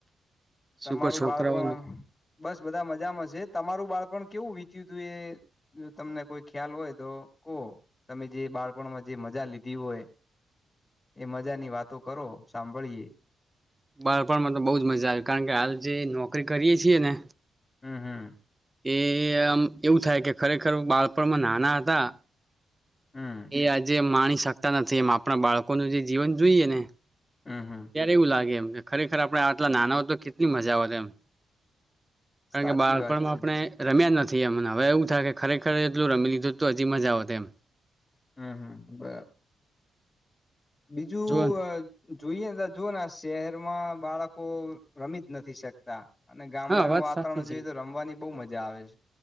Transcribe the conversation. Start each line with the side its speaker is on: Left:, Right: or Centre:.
Right: શું
Left: તમારું
Right: કો છોકરાઓ
Left: બાળપણ બસ બધા મજામાં છે જ. તમારું બાળપણ કેવું વીત્યું હતું એ જો તમને કોઈ ખ્યાલ હોય તો કહો તમે જે બાળપણમાં જે મજા લીધી હોય. એ મજાની વાતો કરો સાંભળીએ.
Right: બાળપણમાં તો બહુજ મજા આવી કારણ કે હાલ જે નોકરી કરીએ છીએ ને.
Left: હમ હમ.
Right: એ આમ એવું થાય કે ખરેખર બાળપણમાં નાના હતા
Left: હમ
Right: એ આજે માણી શકતા નથી એમ આપણા બાળકોનું જે જીવન જોઈએ ને.
Left: હમ હમ
Right: ત્યારે એવું લાગે એમ કે ખરેખર આપણે આટલા નાના હો તો કેટલી મજા આવેત એમ. કારણ
Left: સાચી
Right: કે બાળપણમાં
Left: વાત છે
Right: આપણે રમ્યા નથી. મને હવે એવું થાય કે ખરેખર એટલું રમી લીધું હજી મજા આવેતી એમ.
Left: હમ હમ બરાબર. બીજું
Right: જોન
Left: જોઈએને ત જો ના શહેરમાં બાળકો રમી જ નથી શકતા. અને ગામડાનું
Right: હા વાત
Left: વાતાવરણ
Right: સાચી છે.
Left: જોઈએ તો રમવાની બહ મજા આવે છે.